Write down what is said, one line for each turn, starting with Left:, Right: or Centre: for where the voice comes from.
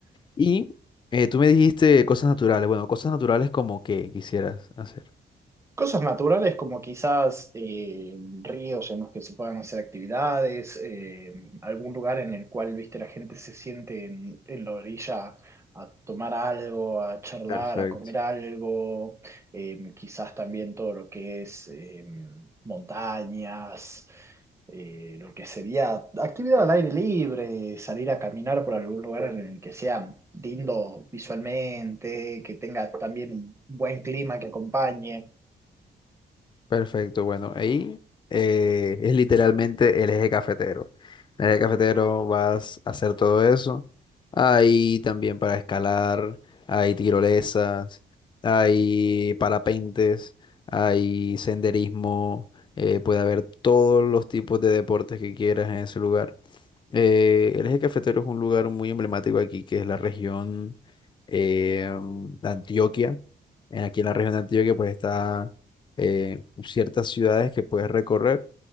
Left: Y eh, tú me dijiste cosas naturales. Bueno, cosas naturales como que quisieras hacer.
Right: Cosas naturales como quizás eh, ríos en los que se puedan hacer actividades, eh, algún lugar en el cual, viste, la gente se siente en, en la orilla a tomar algo, a charlar,
Left: Perfecto.
Right: a comer algo, eh, quizás también todo lo que es eh, montañas, eh, lo que sería actividad al aire libre, salir a caminar por algún lugar en el que sea lindo visualmente, que tenga también un buen clima que acompañe.
Left: Perfecto, bueno, ahí eh, es literalmente el eje cafetero. En el eje cafetero vas a hacer todo eso. Hay también para escalar, hay tirolesas, hay parapentes, hay senderismo, eh, puede haber todos los tipos de deportes que quieras en ese lugar. Eh, el eje cafetero es un lugar muy emblemático aquí, que es la región eh, de Antioquia. En- Aquí en la región de Antioquia, pues está eh, ciertas ciudades que puedes recorrer,